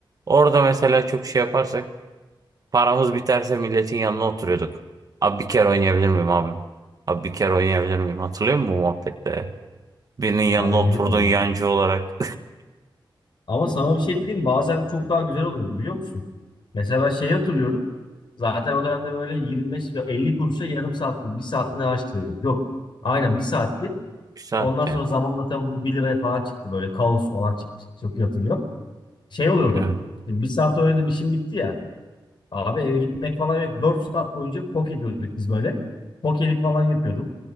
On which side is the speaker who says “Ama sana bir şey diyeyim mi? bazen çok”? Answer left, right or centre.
Left